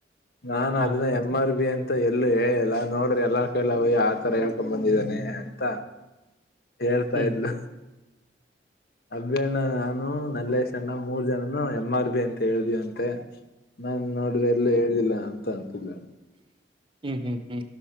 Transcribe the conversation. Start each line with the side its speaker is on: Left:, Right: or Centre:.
Left: ನಾನ್
Right: ಹಾ
Left: ಅದನ್ನ ಎಮ್ ಆರ್ ಬಿ ಅಂತ ಮತ್ತ ಎಲ್ಲೂ ಹೇಳಿ ಎಲ್ಲಾ ನೋಡ್ರಿ ಎಲ್ಲ ಕೈಲ್ಲ ಹಯ ಆತರ ಹೇಳ್ಕೊಂಡ ಬಂದಿದ್ದಾನೆ ಅಂತ ಹೇಳ್ತಾ
Right: ಹ್ಮ್
Left: ಇದಲ್ಲ ಅಭಿ ಅಣ್ಣ ನಾನು ನಲ್ಲೇಶ ಅಣ್ಣ ಮೂರು ಜನನು ಎಂ ಆರ್ ಬಿ ಅಭಿ ಅಂತ ಹೇಳಿದೆಯಂತೆ ನಾ ನೋಡ್ದೆ ಎಲ್ಲಿ ಹೇಳಿಲ್ಲ ತಂದಕೂಡ್ಲೆ
Right: ಹು ಹು ಹು